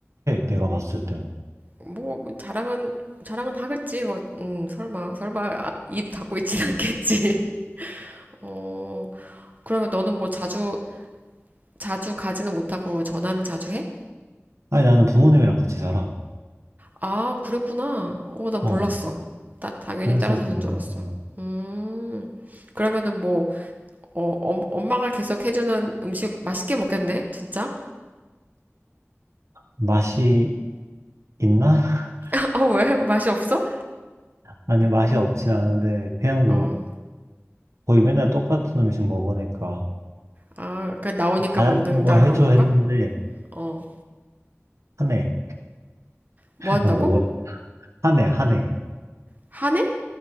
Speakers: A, on the right; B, on the right.
A: 내가 봤을 때는.
B: 뭐 자랑은 자랑은 하겠지 뭐, 음, 설마 설마 아, 입 닫고 있진 않겠지. <laughs> 어, 그러면 너는 뭐 자주 자주 가지는 못하고 전화는 자주 해?
A: 아니, 나는 부모님이랑 같이 살아.
B: 아, 그랬구나. 어, 나 몰랐어.
A: 어.
B: 따, 당연히
A: 그래서
B: 따라 사는
A: 뭐,
B: 줄 알았어.
A: 어,
B: 음, 그러면은 뭐, 어, 엄, 엄마가 계속 해주는 음식 맛있게 먹겠네? 진짜?
A: 맛이 있나? <laughs>
B: <laughs> 아, 왜? 맛이 없어?
A: 아니, 맛이 없진 않은데, 그냥 뭐,
B: 어,
A: 거의 맨날 똑같은 음식 먹으니까.
B: 아, 그 나오니까
A: 다양한
B: 먹는다
A: 거 해줘
B: 그런 건가?
A: 했는데,
B: 어,
A: 하네.
B: 뭐 한다고?
A: 그냥 먹으라. 하네, 하네.
B: 하네?